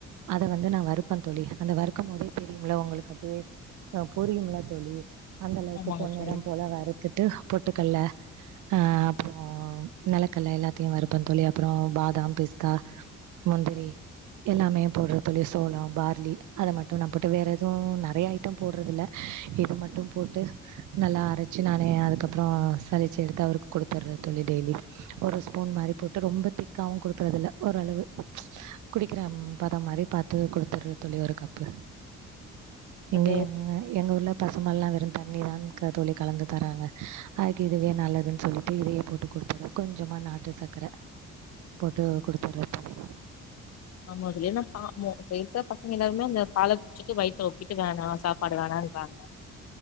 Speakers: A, on the right; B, on the left.
A: அத வந்து நா வறுப்ப தோழி அந்த வறுக்கும் போதே தெரியும்ல உங்களுக்கு அப்டியே ஆ புரியும் ல தோழி அந்த அளவுக்கு
B: ஆமாங்க
A: பொண்
B: தோழி
A: நிறம் போல வறுத்திட்டு போட்டு மூக்கல்ல அ அப்ரோ நலக்கல்ல எல்லாத்தையு வறுப்ப தோழி அப்புரோ பாதாம் பிஸ்தா முந்திரி எல்லாமே போடுற தோழி சோளம் பார்லி அத மட்டு நா போட்டு வேற எதுவு நறைய ஐட்டம் போடுறது இல்ல இது மட்டும் போட்டு நல்லா அரைச்சி நானே அதுக்கப்ரோ சளிச்சி எடுத்து அவருக்கு குடுத்துடுற தோழி டெய்லி ஒரு ஸ்பூன் மாரி போட்டு ரொம்ப திக்காவு குடுக்கறது இல்ல ஓரளவு குடிக்கிற பதம் மாரி பாத்து குடுத்துடுற தோழி ஒரு கப்பு இங்கே
B: அது
A: என் எங்க ஊர்ல பசும்பால்லா வெறு தண்ணிதா தோழி கலந்து தராங்க அதுக்கு இதுவே நல்லதுன்னு சொல்லிட்டு இதையே போட்டு குடுத்துறது கொஞ்சமா நாட்டு சக்கர போட்டு குடுத்துறது தோழி
B: ஆமா தோழி எல்லா பா போர் பெய்ட்டு பசங்க என்னா அந்த பால குடிச்சிட்டு வயதனொப்பிட்டு இது வேணா சாப்பாடு வேணான்றாங்க